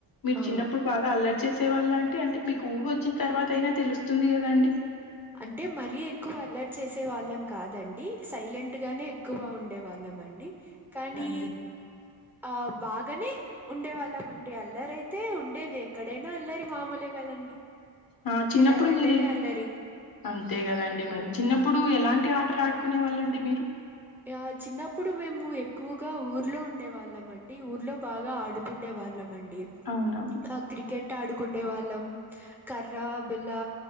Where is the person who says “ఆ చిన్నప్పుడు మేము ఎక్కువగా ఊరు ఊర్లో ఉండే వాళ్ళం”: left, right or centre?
Centre